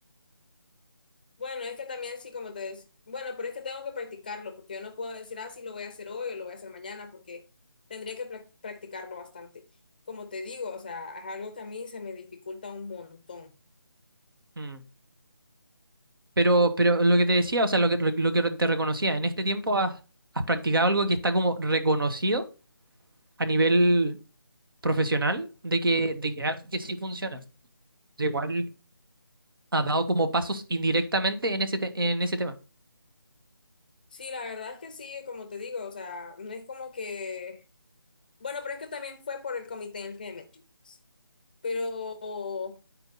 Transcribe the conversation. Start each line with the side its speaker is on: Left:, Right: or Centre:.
Left: Bueno, es que también sí, como te decía, bueno, pero es que tengo que practicarlo, porque yo no puedo decir, ah, sí, lo voy a hacer hoy o lo voy a hacer mañana, porque tendría que prac- practicarlo bastante. Como te digo, o sea, es algo que a mí se me dificulta un montón.
Right: Mm. Pero, pero lo que te decía, o sea, lo que, lo, lo que te reconocía, en este tiempo has, has practicado algo que está como reconocido a nivel profesional de que, de que algo que sí funciona. Igual ha dado como pasos indirectamente en ese, te- en ese tema,
Left: Sí, la verdad es que sí, como te digo, o sea, no es como que, bueno, pero es que también fue por el comité en el que me metí. pues. Pero